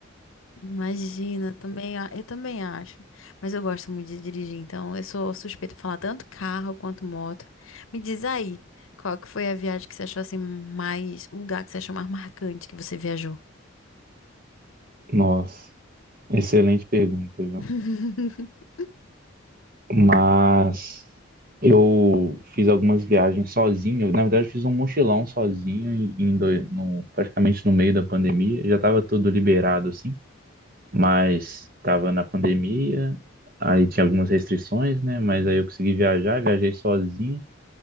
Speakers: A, on the left (about 80°); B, on the right (about 45°).
A: Imagina, também, a- eu também acho. Mas eu gosto muito de dirigir, então eu sou suspeita pra falar tanto carro quanto moto. Me diz aí, qual que foi a viagem que você achou assim mais, o lugar que você achou mais marcante que você viajou?
B: Nossa, excelente pergunta, viu?
A: <laughs>
B: Mas eu fiz algumas viagens sozinho, na verdade eu fiz um mochilão sozinho em, em doi- no- praticamente no meio da pandemia, já estava tudo liberado assim. mas estava na pandemia, aí tinha algumas restrições, né? Mas aí eu consegui viajar, viajei sozinho